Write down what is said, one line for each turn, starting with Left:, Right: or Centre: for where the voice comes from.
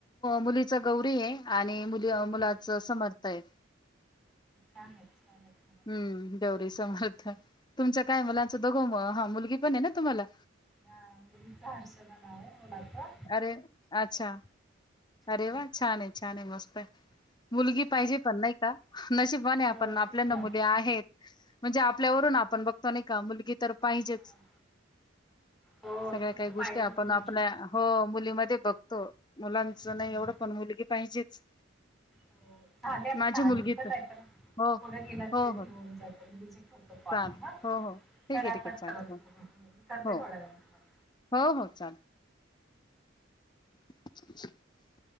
Left: मुलीच गौरी आहे आणि मुली
Centre: हं, हं.
Left: मुलाच समर्थ आहे.
Centre: छान आहेत छान आहेत नाव
Left: हम् गौरी समर्थ
Centre: हं, हं.
Left: तुमचा काय मुलांचं दोघो हा मुलगी पण आहे. ना तुम्हाला
Centre: हा मुलीचा हर्षदा नाव आहे. मोलाचा
Left: अरे अच्छा अरे
Centre: हं.
Left: वा छान आहे छान आहे मस्त आहे मुलगी पाहिजे पण नाही का नशिबने
Centre: हो,
Left: आपण
Centre: तेच
Left: आपल्याना
Centre: ना.
Left: मुले आहेत. म्हणजे आपल्यावरून आपण बघतो नाही का मुलगी तर पाहिजेच.
Centre: हां. हो,
Left: सगळ्या
Centre: तेच
Left: काही
Centre: तर
Left: गोष्टी
Centre: पाहिजेच
Left: आपण
Centre: मुलगी.
Left: आपल्या हो मुलीमध्ये बघतो मुलांचं
Centre: हं.
Left: नाही एवढं पण मुलगी पाहिजेच.
Centre: हो, झाले आपले
Left: माझी
Centre: दहा
Left: मुलगी
Centre: मिनिटं
Left: तर हो
Centre: कोडगलातऊन
Left: हो हो
Centre: जाजत पारा
Left: चालेल हो हो ठीक आहे ठीक
Centre: कट
Left: आहे चालेल
Centre: करत
Left: हो
Centre: <inaudible> करते
Left: हो
Centre: थोड्या वेळांनी तुम्हांला
Left: हो हो चाल <unintelligible>